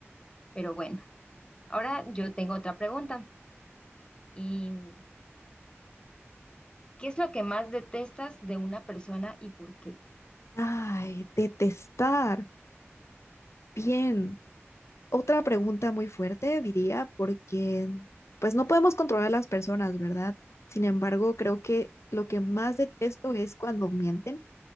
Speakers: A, on the left; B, on the left.
A: pero bueno. Ahora yo tengo otra pregunta y ¿Qué es lo que más detestas de una persona y por qué?
B: Ay, detestar. Bien. Otra pregunta muy fuerte, diría, porque pues no podemos controlar a las personas, ¿verdad? Sin embargo, creo que lo que más detesto es cuando mienten.